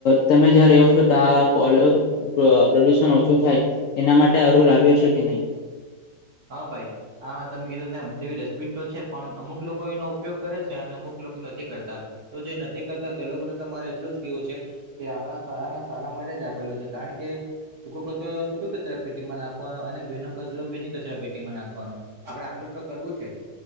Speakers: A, on the left (about 90°); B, on the right (about 50°).
A: તમે જ્યાં રહો છો ત્યાં પોલો અ પ્રદુષણ ઓછું થાય એના માટે રૂલ આવ્યો છે કે નય.
B: હા ભાઈ. હા તમે કીધું તેમ તેવી ડસ્ટબિન તો છે, પણ અમુક લોકો એનો ઉપયોગ કરે છે અને અમુક લોકો નથી કરતા. તો જે નથી કરતા તે લોકોને તો મારે એટલું જ કેવું છે તે આપણા સારા ના સારા માટે જ આપેલું છે કારણ કે સૂકો કચરો સૂકા કચરા પેટીમાં નાખવાનો અને ભીનો કચરો ભીની કચરા પેટીમાં નાખવાનું. આપડે આટલું જ તો કરવું છે.